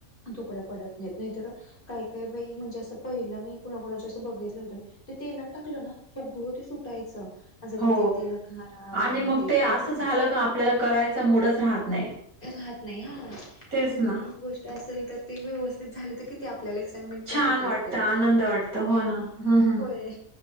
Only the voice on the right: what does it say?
हो
आणि मग ते असं
झालं का आपल्याला करायचं मोडच राहत नाही.
तेच
ना.
छान
वाटत
आनंद वाटत हो ना हम्म हम्म